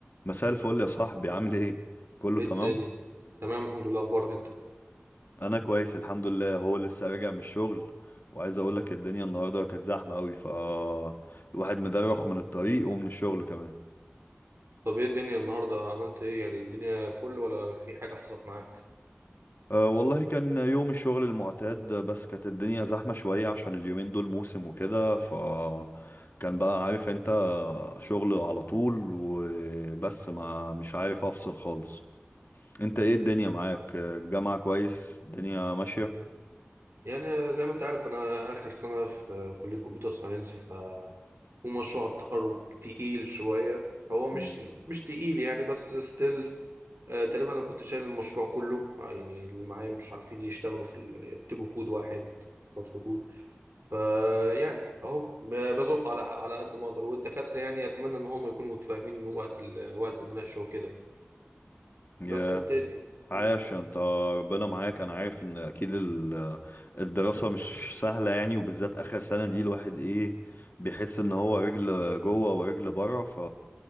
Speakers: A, on the left; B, on the right.
A: مساء الفل يا صاحبي عامل ايه كله
B: ايه
A: تمام
B: التاني تمام الحمد لله اخبارك انت
A: انا كويس الحمد لله هو لسه راجع من الشغل وعايز اقول لك الدنيا النهارده كانت زحمه قوي ف الواحد مدرخ من الطريق ومن الشغل كمان
B: طب ايه الدنيا النهارده عملت ايه يعني الدنيا فل ولا في حاجه حصلت معاك
A: أه والله كان يوم الشغل المعتاد بس كانت الدنيا زحمه شويه عشان اليومين دول موسم وكده ف كان بقى عارف انت شغل على طول وبس ما مش عارف افصل خالص انت ايه الدنيا معاك الجامعه كويس الدنيا ماشيه
B: يعني زي ما انت عارف انا اخر سنه في كليه كمبيوتر ساينس ف ومشروع التخرج تقيل شويه هو مش
A: مم.
B: مش تقيل يعني بس ستيل تقريبا انا كنت شايل المشروع كله آه، يعني اللي معايا مش عارفين يشتغلوا في ال- يكتبوا كود واحد سطر كود فيعني اهو ب- بزق على على قد ما اقدر والدكاتره يعني اتمنى ان هم يكونوا متفاهمين وقت ال- وقت المناقشه وكده
A: ياه
B: بس انت ايه؟ مم.
A: عاش انت ربنا معاك انا عارف ان اكيد ال- الدراسة مش سهلة يعني وبالذات اخر سنة دي الواحد ايه بيحس ان هو رجل جوه ورجل بره ف